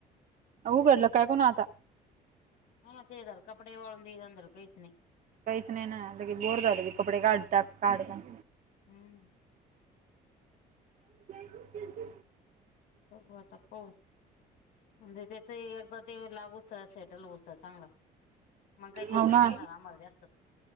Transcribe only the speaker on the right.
उघडलं का काय, कौनं आता?
काहीच नाई ना... लगेच बोर झालं की, कपडे काढ टाक, काढ टाक
<inaudible>
हाव ना